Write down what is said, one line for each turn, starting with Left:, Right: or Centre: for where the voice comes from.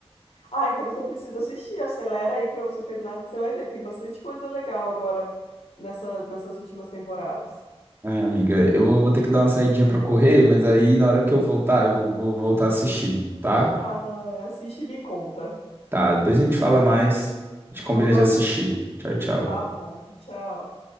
Left: Ah, então você precisa assistir, acelera aí pra você terminar, que você vai ver, tem bastante coisa legal agora nessa, nessas últimas temporadas.
Right: Ai, amiga, eu vou, vou ter que dar uma saidinha pra correr, mas aí na hora que eu voltar, eu vou, vou voltar a assistir, tá?
Left: Ah, assiste e me conta.
Right: Tá, depois a gente fala mais, a gente
Left: Então
Right: combina
Left: tá
Right: de assistir.
Left: bom.
Right: Tchau, tchau.
Left: Tá bom, tchau.